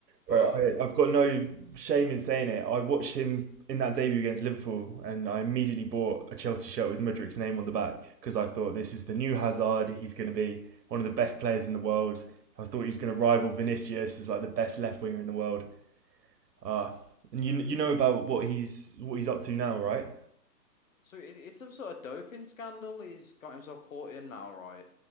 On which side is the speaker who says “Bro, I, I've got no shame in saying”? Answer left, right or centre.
Right